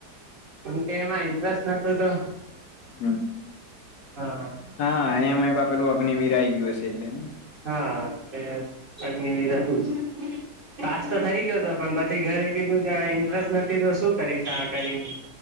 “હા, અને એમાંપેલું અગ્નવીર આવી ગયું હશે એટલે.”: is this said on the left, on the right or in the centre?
Left